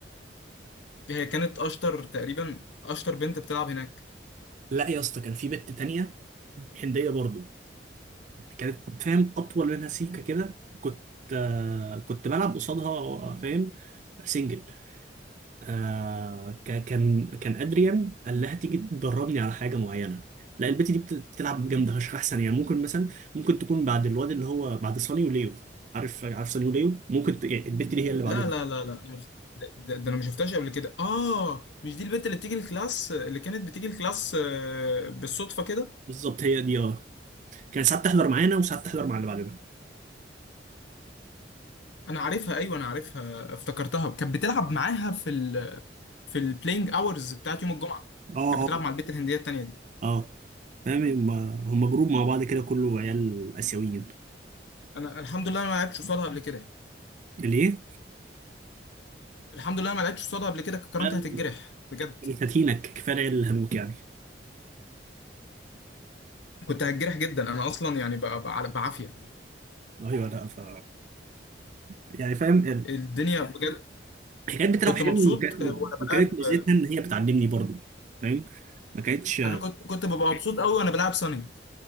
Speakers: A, on the left; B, on the right.
A: هي كانت اشطر تقريبا اشطر بنت بتلعب هناك
B: لا يا اسطى كان في بنت تانية هنديه برضه كانت فاهم اطول منها سيكه كده كنت آه، كنت بلعب قصادها آه، فاهم سنجل آه ك- كان كان ادريان قال لها تيجي تدربني على حاجه معينه لا البت دي بت- بتلعب جامده فشخ احسن يعني ممكن مثلا ممكن تكون بعد الواد اللي هو بعد صاني وليو عارف عارف صاني وليو ممكن ت... يعني البت دي هي اللي بالظبط
A: لا لا
B: بعدهم
A: لا لا مم. ده, ده ده انا ما شفتهاش قبل كده اه مش دي البنت اللي بتيجي الكلاس اللي كانت بتيجي الكلاس آه، بالصدفه كده
B: بالظبط هي دي اه كانت ساعات تحضر معانا وساعات تحضر مع اللي بعدنا
A: انا عارفها ايوه انا عارفها افتكرتها كانت بتلعب معاها في ال في البلاينج اورز بتاعت يوم الجمعه
B: اه
A: كانت بتلعب
B: اه
A: مع البنت الهنديه التانيه دي
B: اه فاهم هم هم جروب مع بعض كده كله عيال اسيويين
A: انا الحمد لله أنا ما لعبتش قصادها قبل كده
B: ليه؟
A: الحمد لله ما لعبتش قصادها قبل كده كنت كرمت
B: لا، لا،
A: هتتجرح
B: لا.
A: بجد
B: كانت هتينك كفايه العيال اللي هموت يعني
A: كنت هتجرح جدا انا اصلا يعني ب- ب- بعافيه
B: ايوه لا ف يعني فاهم
A: الدنيا بجد
B: هي كانت بتلعب
A: كنت
B: حلو
A: مبسوط
B: وك-
A: آه، وانا
B: وكانت
A: بلعب
B: ميزتها
A: آه،
B: ان هي بتعلمني برضو فاهم ما كانتش
A: انا كنت كنت ببقى مبسوط قوي وانا بلعب صني